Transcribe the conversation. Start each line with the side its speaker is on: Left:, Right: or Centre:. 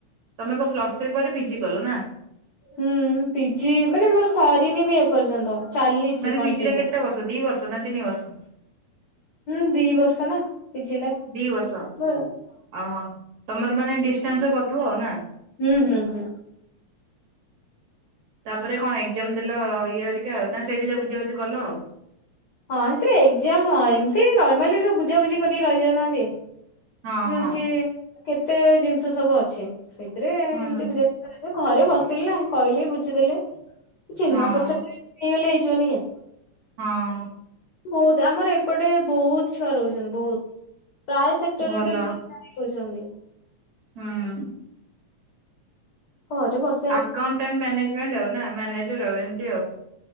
Right: ତମେ କଣ ପ୍ଲସ ଥ୍ରୀ ପରେ ପିଜିି କଲ ନା?
Left: ହୁଁ ପିଜି ମାନେ ମୋର ସରିନି ବି ଏପର୍ଯ୍ୟନ୍ତ। ଚାଲିଛି
Right: ମାନେ
Left: କଣ୍ଟିନ୍ୟୁ।
Right: ପିଜିଟା କେତେ ବର୍ଷ ଦି ବର୍ଷ ନା ତିନି ବର୍ଷ?
Left: ହୁଁ ଦି ବର୍ଷ ନା। ପିଜି ଟା
Right: ଦି ବର୍ଷ।
Left: ହଁ।
Right: ଓହୋ ତମର ମାନେ ଡିଷ୍ଟାନ୍ସ
Left: ହୁଁ
Right: କରୁଥିବ ଆଉ ନା
Left: ହୁଁ ହୁଁ।
Right: ତାପରେ କଣ ଏକ୍ଜାମ ଦେଲ ଇଏ ହରିକା ଆଉ ନା ସେଇଠି ସବୁ ବୁଝାବୁଝି କଲ ଆଉ।
Left: ହଁ ସେଥିରେ ଏକ୍ଜାମ ନୁହଁ ଏମିତି ନର୍ମାଲି ସବୁ ବୁଝାବୁଝି କରିକି ରହିଯାଉନାହାନ୍ତି।
Right: ଆଉ
Left: ଯଉଛି
Right: ହଁ
Left: କେତେ ଜିନିଷ ସବୁ ଅଛେ ସେଇଥିରେ ଏମତି
Right: ହଁ ହୁଁ
Left: ବୁଝା କରାଯାଉ। ଘରେ ବସିଥିଲି ନା କହିଲି ବୁଝିଦେଲେ ଚିହ୍ନା
Right: ହଁ
Left: ପଚାର ହେଇଗଲେ ହେଇଯିବନି କି।
Right: ହଁ।
Left: ବହୁତ ଆମର ଏପଟେ ବହୁତ ଛୁଆ ରହୁଛନ୍ତି ବହୁତ ପ୍ରାୟ ସେକ୍ଟରରେ
Right: ଭଲ
Left: ତ। କହୁଛନ୍ତି।
Right: ହୁଁ।
Left: ହଉ ତ ବସ <unintelligible>
Right: ଆକାଉଣ୍ଟାଣ୍ଟ ମ୍ୟାନେଜମେଣ୍ଟ ଆଉ ନା ମ୍ୟାନେଜର ଆଉ ଏମିତି ଆଉ।